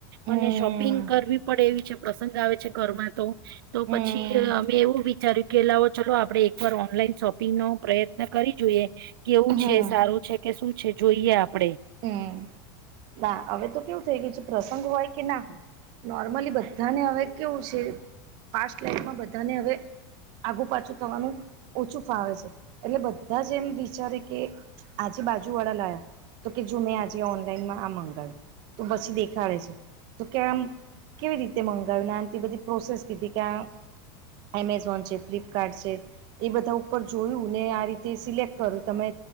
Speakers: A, on the right; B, on the right.
A: હમ
B: અને શોપિંગ કરવી પડે એવી છે પ્રસંગ આવે છે, ઘરમાં તો તો
A: હમ
B: પછી અમે એવું વિચાર્યું કે લાવો ચલો આપણે એકવાર ઓનલાઈન શોપિંગનો પ્રયત્ન કરી જોઈએ કેવું
A: હમ
B: છે સારું છે કે શુ છે જોઈએ આપડે
A: હમ ના હવે તો કેવું થઇ ગયું છે, પ્રસંગ હોય કે ના હોય નોર્મલી બધાને હવે કેવું છે, ફાસ્ટ લાઈફમાં બધાને હવે આગુ પાછું થવાનું ઓછું ફાવે છે, એટલે બધા જ એમ વિચારે કે આજે બાજુવાળા લાયા. તો કે જો મેં આજે ઓનલાઈનમાં આ મગાવ્યું તો પછી દેખાડે છે, તો કેમ કેવી રીતે મંગાવીને તે બધી પ્રોસેસ કીધી કે્યાં <unintelligible> એમેઝોન છે, ફ્લિપકાર્ટ છે એ બધા ઉપર જોયું ને આ રીતે સિલેક્ટ કર્યું તમે